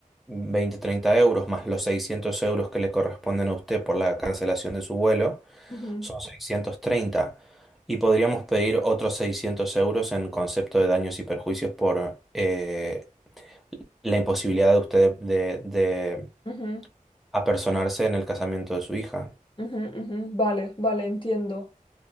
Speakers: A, in the centre; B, on the left.
A: 20-30 euros más los 600 euros que le corresponden a usted por la cancelación de su vuelo
B: Ujú,
A: son 630 y podríamos pedir otros 600 euros en concepto de daños y perjuicios por eh, la imposibilidad de usted de, de
B: ujú.
A: apersonarse en el casamiento de su hija.
B: Ujú, ujú. Vale, vale, entiendo.